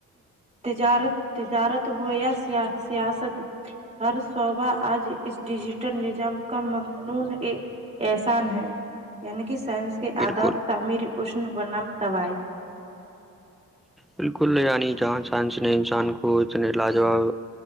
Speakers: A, on the right (about 20°); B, in the centre.
A: تجارت تجارت ہویا سیا سیاستت ہر صوبہ آج اس ڈیجیٹل نظم کا ممنون احسان ہے یعنی کہ سائنس کے
B: بالکل
A: آدب تعمیر اشن بنم طبائی
B: بالکل یعنی جہاں سائنس نے انسان کو اتنے لاجواب